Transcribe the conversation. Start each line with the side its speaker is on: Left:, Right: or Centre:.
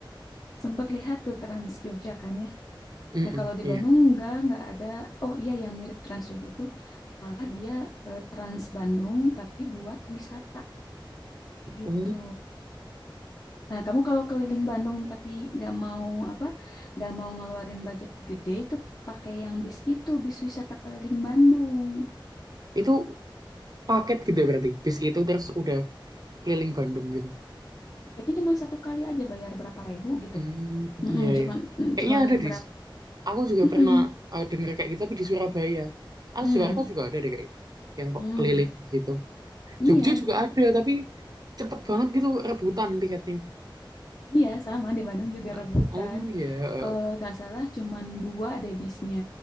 Left: sempat lihat tuh Trans Jogja kan ya.
Right: Mm-mm,
Left: Nah, kalau di
Right: iya.
Left: Bandung enggak, enggak ada. Oh iya, yang mirip Trans Jogja tuh malah dia eh, Trans Bandung tapi buat wisata gitu.
Right: Oh,
Left: Nah, kamu kalau keliling Bandung tapi nggak mau apa, nggak mau ngeluarin budget gede itu pakai yang bis itu, bis wisata keliling Bandung.
Right: itu paket gede berarti. Bis itu terus udah keliling Bandung gitu.
Left: Tiketnya cuma satu kali aja bayar berapa ribu gitu.
Right: Hmm,
Left: Mm-mm,
Right: iya
Left: cuman
Right: ya.
Left: mm,
Right: Kayaknya
Left: cuman
Right: ada di.
Left: berapa?
Right: Aku juga
Left: Mm-mm,
Right: pernah eh, dengar kayak gitu tapi di Surabaya. Ah,
Left: mm,
Right: Jakarta juga ada deh kayaknya yang po-
Left: mm.
Right: keliling gitu.
Left: Iya,
Right: Jogja juga
Left: jadi
Right: ada tapi cepet banget gitu rebutan tiketnya.
Left: iya sama di Bandung juga
Right: Nah,
Left: rebutan.
Right: Oh ya,
Left: Kalau nggak salah cuman dua deh bisnya